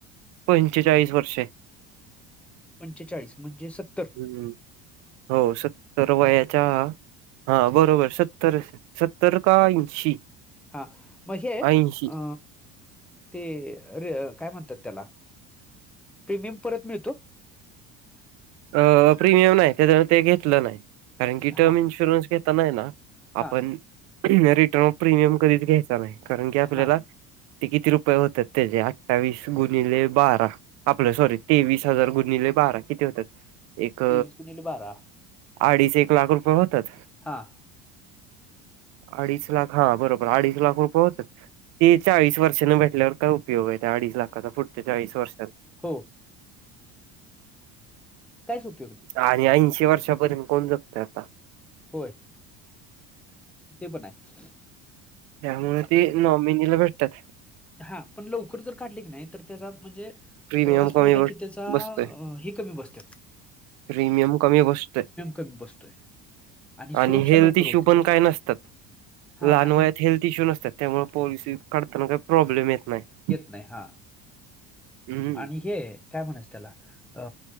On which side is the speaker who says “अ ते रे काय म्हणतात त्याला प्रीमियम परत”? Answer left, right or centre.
Centre